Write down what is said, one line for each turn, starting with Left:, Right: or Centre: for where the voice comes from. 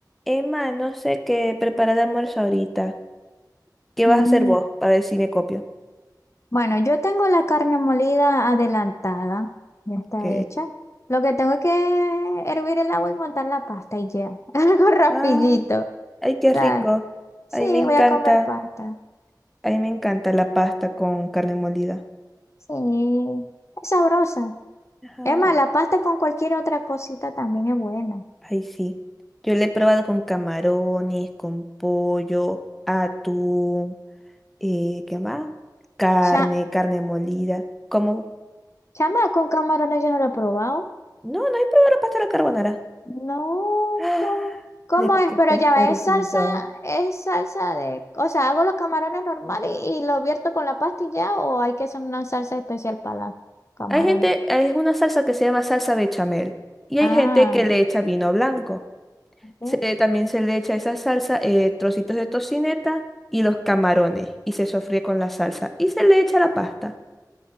Centre: Emma, no sé qué preparar de almuerzo ahorita. ¿Qué vas
Left: Mm,
Centre: a hacer vos? A ver si me copio.
Left: Bueno, yo tengo la carne molida adelantada, ya
Centre: Ok.
Left: está hecha. Lo que tengo es que hervir el agua y montar la pasta y ya. <laughs> Algo rapidito.
Centre: Ah,
Left: o
Centre: ay, qué
Left: sea,
Centre: rico.
Left: Sí,
Centre: Ay, me encanta.
Left: voy a comer pasta.
Centre: Ay, me encanta la pasta con carne molida.
Left: Sí, es sabrosa.
Centre: Ajá.
Left: Es más, la pasta con cualquier otra cosita también es buena.
Centre: Ay, sí. Yo la he probado con camarones, con pollo, atún, eh, ¿qué más? Carne,
Left: Ya,
Centre: carne molida. Como,
Left: chama, con camarones yo no lo he probado.
Centre: no, no he probado la pasta a la carbonara. <gasps>
Left: No,
Centre: Ah,
Left: ¿cómo, cómo
Centre: De lo
Left: es?
Centre: que
Left: Pero
Centre: te has
Left: ya
Centre: perdido.
Left: ves, salsa, es salsa de, o sea, hago los camarones normales y, y lo vierto con la pasta y ya, o hay que hacer una salsa especial para los camarones.
Centre: Hay gente, es una salsa que se llama salsa bechamel y hay
Left: Ah,
Centre: gente que le echa vino blanco.
Left: ok.
Centre: Se le- también se le echa esa salsa, eh, trocitos de tocineta y los camarones y se sofríe con la salsa y se le echa la pasta.